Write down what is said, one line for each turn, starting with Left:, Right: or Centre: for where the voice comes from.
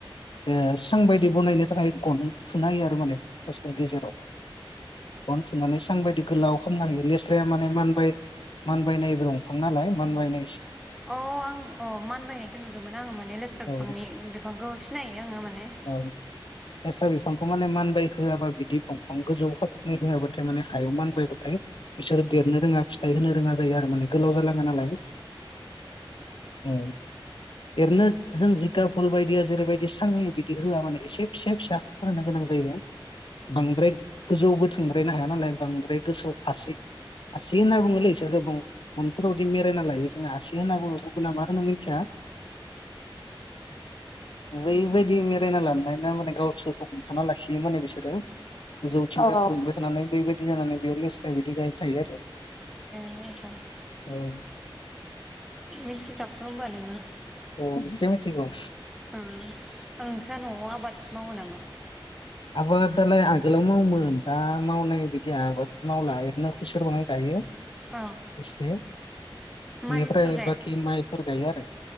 Left: ओ सां बायदि बनायनो थाखाय गन थुना हायो आरो माने फास्थाव गेजेराव गन थुनानै सां बायदि गोलाव खालामनो हायो लेस्राया माने मानबाय मान। बायनायबो दंफां नालाय मानबायनायस।
Centre: आं अ मान बायनायखौ नुदोंमोन आं माने लेस्रा
Left: औ
Centre: बिफांनि बिफांखौ। सिनायो आङो माने
Left: औ लेस्रा बिफांखौ माने मानबाय होआबा। दि बंफां गोजौ हाबफिनाय होआाथाय माने हायाव मानबायबाथाय। थाय बिसोरो देरनो रोङा फिस थाय होनो रोङा जायो आरो माने गोलाव जालाङो नालाय। औ एरनो जों जिखा कल बायदिया। जेरैबायदि सां बि होआ माने एसे फिसा फिसा होनो गोनां जायो। बांद्राय गोजौबोथां। थांद्रायनो हाया नालाय बांद्राय गोसौ आसि। आसि होनना बुंङोलै इसोरखौ बुं <unintelligible> जों आसि होनना बुङो गुबुना मा होनो मि जा
Centre: अ
Left: बैबायदि मे फायना लानानाया माने गावसो हमथाना लाखियो माने बिसोरो। गोजौथि थांबाय थानानै। बेबायदि जानानै बेयाव लिस्राया बिदि गाय थायो आरो।
Centre: अ आतचा।
Left: औ
Centre: मिथिजाबगौ होमबा नोङो
Left: औ एसे मिथिगौ
Centre: ओ आं सात न'आव आबाद मावो नामा। <unintelligible>
Left: आबो दालाय आगोलाव मावोमोन दा मावनाय बिदि आबाद मावला एरनो खुसे बाङै गायो।
Centre: औ
Left: एसे बेनिफ्राय
Centre: माइफोर गाया
Left: बाखि माइफोर गायो आरो